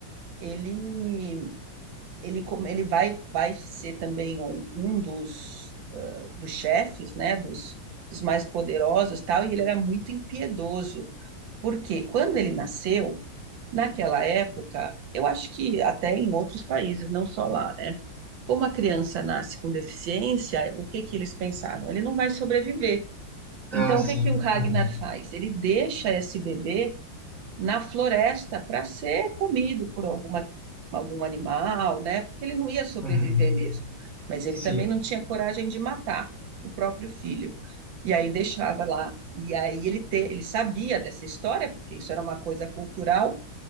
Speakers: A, on the right; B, in the centre.
A: Ele ele ele vai vai ser também um, um dos dos chefes, né? Dos, dos mais poderosos, tal. E ele era muito impiedoso. Porque quando ele nasceu, naquela época, eu acho que até em outros países, não só lá, né? Como a criança nasce com deficiência, o que que eles pensavam? Ele não vai sobreviver.
B: Ah,
A: Então,
B: sim,
A: o que que o Ragnar
B: uhum,
A: faz? Ele deixa esse bebê na floresta para ser comido por alguma, algum animal, né? Porque ele não ia sobreviver
B: uhum.
A: mesmo. Mas ele
B: sim.
A: também não tinha coragem de matar o próprio filho. E aí deixava lá. E aí ele, te, ele sabia dessa história, porque isso era uma coisa cultural,